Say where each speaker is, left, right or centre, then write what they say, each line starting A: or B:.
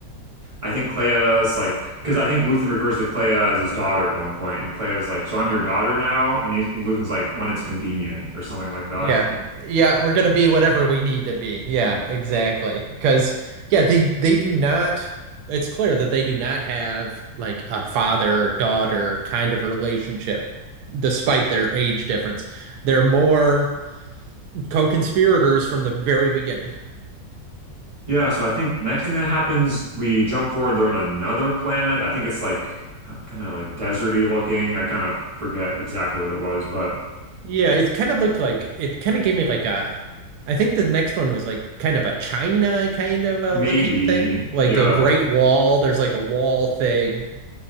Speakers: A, on the right; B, on the right.
A: I think Clea's like, because I think Luthen refers to Clea as his daughter at one point, and Clea's like, "So I'm
B: uh,
A: your daughter now," and, he's, and Luthen's like, "When it's convenient" or something like that.
B: Yeah.
A: <laughs>
B: Yeah, we're gonna be whatever we need to be. Yeah,
A: Mhm.
B: exactly. Because yeah, they they do not it's clear that they do not have like a father daughter kind of relationship despite their age difference. They're more co-conspirators from the very beginning.
A: Yeah, so I think next thing that happens, we jump forward. They're on another planet. I think it's like kind of like deserty looking. I kind of forget exactly what it was, but
B: Yeah, it kind of looked like it kind of gave me like a I think the next one was like kind of a China kind of a
A: maybe
B: looking thing, like
A: yeah,
B: a Great Wall. There's like a wall thing